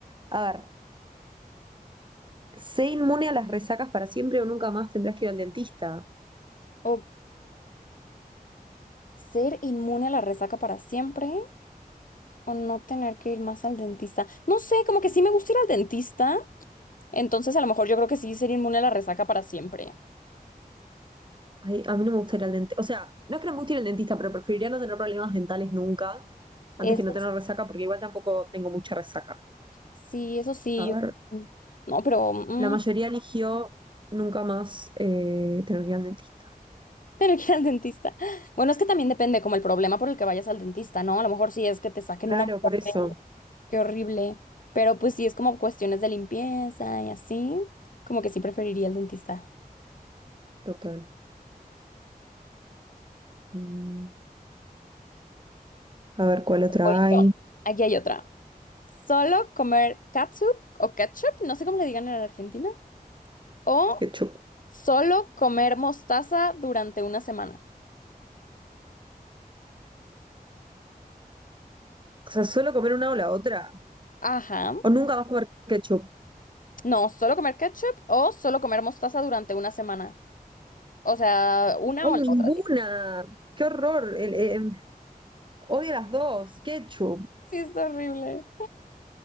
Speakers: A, on the right (about 30°); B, on the left (about 60°).
A: A ver, sé inmune a las resacas para siempre o nunca más tendrás que ir al dentista.
B: Ok. ¿Ser inmune a la resaca para siempre o no tener que ir más al dentista? No sé, como que sí me gusta ir al dentista. Entonces a lo mejor yo creo que sí ser inmune a la resaca para siempre.
A: Ay, a mí no me gusta ir al dentista. O sea, no es que no me guste ir al dentista, pero preferiría no tener problemas dentales nunca, antes
B: Eso
A: que no tener resaca, porque igual tampoco tengo mucha resaca.
B: sí, eso sí.
A: A ver,
B: Yo... No, pero... mm,
A: la mayoría eligió nunca más eh, tener que ir al dentista.
B: Pero que ir al dentista. Bueno, es que también depende como el problema por el que vayas al dentista, ¿no? A lo mejor sí es que te saquen
A: Claro,
B: una
A: por eso.
B: muela, qué horrible. Pero pues sí es como cuestiones de limpieza y así, como que sí preferiría el dentista.
A: Total. Mm. A ver cuál otra
B: Voy
A: hay.
B: yo. Aquí hay otra. Solo comer catsup o ketchup, no sé cómo le digan en Argentina, o
A: Ketchup.
B: solo comer mostaza durante una semana.
A: O sea, solo comer una o la otra.
B: Ajá.
A: O nunca vas a comer ketchup.
B: No, solo comer ketchup o solo comer mostaza durante una semana. O sea, una
A: ¡Ay,
B: o
A: ninguna!
B: la otra.
A: ¡Qué horror! El- eh, em, odio las dos. Ketchup.
B: Sí, es horrible.